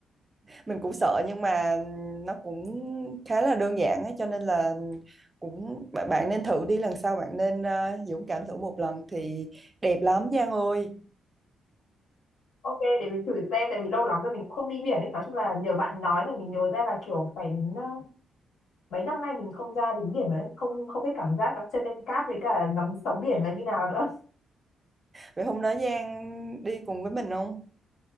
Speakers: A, on the right; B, on the left.
A: mình cũng sợ nhưng mà nó cũng khá là đơn giản á cho nên là cũng bạn bạn nên thử đi lần sau bạn nên ờ, dũng cảm thử một lần thì đẹp lắm Giang ơi
B: ok để mình thử xem tại vì lâu lắm rồi mình cũng không đi biển ấy nói chung là nhờ bạn nói mình mình nhớ ra là kiểu phải đến ờ, mấy năm nay mình không ra đến biển rồi đấy không không biết cảm giác đặt chân lên cát với cả ngắm sóng biển là như nào nữa
A: vậy hôm đó Giang đi cùng với mình không